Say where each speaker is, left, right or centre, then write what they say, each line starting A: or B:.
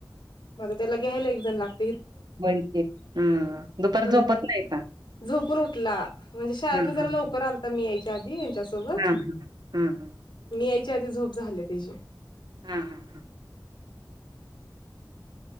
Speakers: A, on the left; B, on the right.
A: मग आता त्याला घ्यायला एकजण लाग
B: बै हा दुपार
A: लग्न
B: झोपत नाही का
A: झोपून उठला म्हणजे शाळेतन
B: हम्म
A: जरा
B: हम्म
A: लवकर आलता मी याय च्यासोबत
B: हम्म हम्म हम्म
A: मी यायच्या आधी झोप झाल्या त्यची
B: हं हं हं